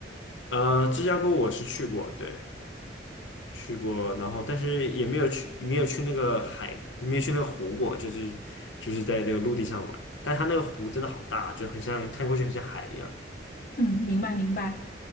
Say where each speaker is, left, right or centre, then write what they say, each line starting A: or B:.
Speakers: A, on the left (about 85°); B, on the left (about 50°).
A: 呃，芝加哥我是去过，对，去过，然后但是也没有去，没有去那个海，没有去那个湖过，就是就是在那个陆地上玩。但它那个湖真的好大，就很像看过去很像海一样。
B: 嗯，明白明白。